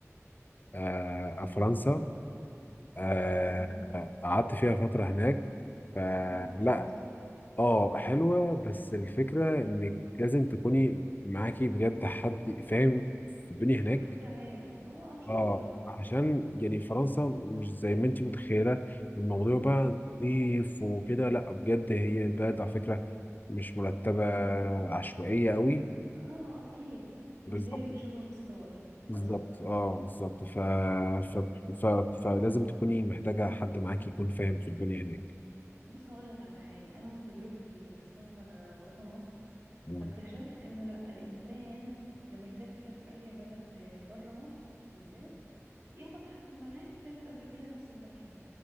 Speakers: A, on the left; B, on the right.
A: آه، فرنسا آه،
B: امم
A: قعدت فيها فترة هناك فلا
B: فرنسا حلو صح
A: اه حلوة بس الفكرة إنك لازم تكوني معاكي بجد حد فاهم في الدنيا هناك
B: حد عارف اه اكيد
A: اه
B: طبعا
A: عشان يعني فرنسا مش زي ما انت متخيلة الموضوع
B: امم
A: بقى نظيف وكده لا بجد هي البلد على فكرة مش مرتبة
B: امم
A: عشوائية قوي
B: اه اكيد
A: بالظبط
B: مش زي ما بنشوفها في الصور
A: بالظبط
B: قصدي
A: اه بالظبط ف... ف... ف... فلازم تكوني محتاجة حد معاك يكون فاهم في الدنيا هناك
B: بص هقول لك على حاجه انا من تجربتي في السفر بره مصر
A: مم.
B: فاكتشفت انه لا الانسان لما يسافر اي بلد بره مصر بالذات ياخد حد معاه سافر قبل كده نفس المكان